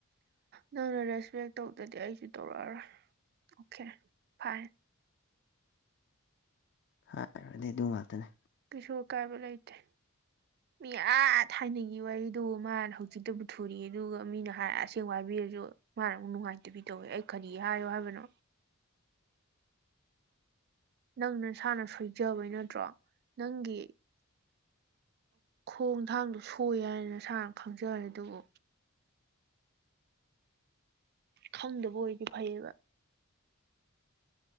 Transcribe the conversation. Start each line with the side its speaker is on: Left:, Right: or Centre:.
Right: ꯅꯪꯅ ꯔꯦꯁꯄꯦꯛ ꯇꯧꯗꯗꯤ ꯑꯩꯁꯨ ꯇꯧꯔꯛꯑꯔꯣꯏ ꯑꯣꯀꯦ ꯐꯥꯏꯟ
Left: ꯍꯥꯏꯔꯗꯤ ꯑꯗꯨ ꯉꯥꯛꯇꯅꯦ
Right: ꯀꯩꯁꯨ ꯑꯀꯥꯏꯕ ꯂꯩꯇꯦ ꯃꯤ ꯑꯥ ꯊꯥꯏꯅꯒꯤ ꯋꯥꯔꯤꯗꯨꯣ ꯃꯥꯅ ꯍꯧꯖꯤꯛꯇꯕꯨ ꯊꯨꯔꯤ ꯑꯗꯨꯒ ꯃꯤꯅ ꯑꯁꯦꯡ ꯋꯥꯏꯕꯤꯔꯁꯨ ꯃꯥꯅ ꯑꯃꯨꯛ ꯅꯨꯡꯉꯥꯏꯇꯕꯤ ꯇꯧꯋꯤ ꯑꯩ ꯀꯔꯤ ꯍꯥꯏꯌꯣ ꯍꯥꯏꯕꯅꯣ ꯅꯪ ꯅꯁꯥꯅ ꯁꯣꯏꯖꯕꯩ ꯅꯠꯇ꯭ꯔꯣ ꯅꯪꯒꯤ ꯈꯣꯡ ꯊꯥꯡꯗꯣ ꯁꯣꯏ ꯍꯥꯏꯅ ꯁꯥꯔꯅ ꯈꯪꯖꯔꯦ ꯑꯗꯨꯕꯨ ꯈꯪꯗꯕ ꯑꯣꯏꯗꯤ ꯐꯩꯌꯦꯕ